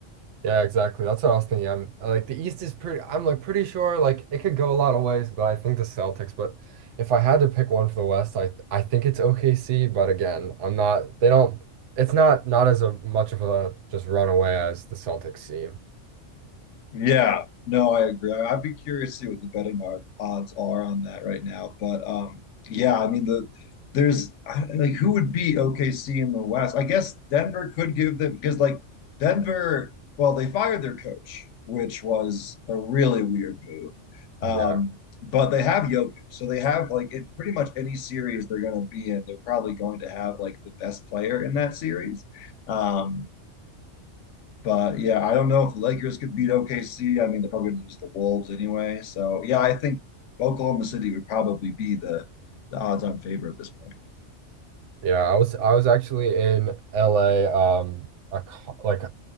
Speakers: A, on the right; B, on the left.
A: yeah, exactly. That's what I was thinking. I'm like the East is pretty. I'm like pretty sure like it could go a lot of ways, but I think the Celtics. But if I had to pick one for the West, I I think it's OKC. But again, I'm not. They don't. It's not not as a, much of a just runaway as the Celtics seem.
B: Yeah, no, I agree. I- I'd be curious to see what the betting od- odds are on that right now. But um, yeah, I mean the there's I- like who would beat OKC in the West? I guess Denver could give them because like Denver, well, they fired their coach, which was a really weird move. Um,
A: Yeah.
B: but they have Jokic, so they have like in pretty much any series they're going to be in, they're probably going to have like the best player in that series. Um, but yeah, I don't know if the Lakers could beat OKC. I mean, they're probably going to lose the Wolves anyway. So yeah, I think Oklahoma City would probably be the, the odds-on favorite at this point.
A: Yeah, I was I was actually in LA um a co- like